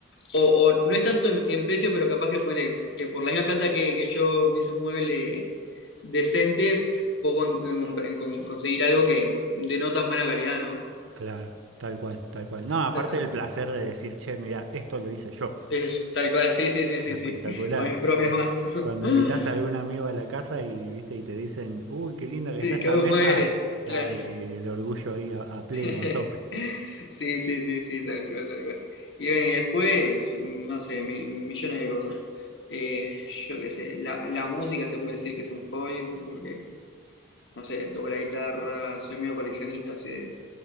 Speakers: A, on the left; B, on the right.
A: o, o no es tanto en, en precio, pero capaz que ponele, que por la misma plata que, que yo me hice un mueble decente, puedo con- con- con- con- conseguir algo que de no tan buena calidad, ¿no?
B: Claro, tal cual, tal cual. No,
A: Sí,
B: aparte
A: está.
B: del placer de decir, che, mira, esto lo hice yo.
A: Es tal cual, sí, sí, sí, sí,
B: Espectacular.
A: sí, <laughs> con mis propias
B: Oh,
A: manos. <laughs>
B: Cuando invitas a algún amigo a la casa y viste y te dicen, uy, qué linda
A: Sí,
B: que está esta
A: qué buen
B: mesa,
A: mueble,
B: claro,
A: claro.
B: y el orgullo ahí a, a pleno,
A: <laughs>
B: a tope.
A: Sí, sí, sí, sí, tal cual, tal cual. Y ven, y después, no sé, mi- millones de cosas. Eh, yo qué sé, la, la música se puede decir que es un hobby, porque, no sé, toco la guitarra, soy medio coleccionista así de,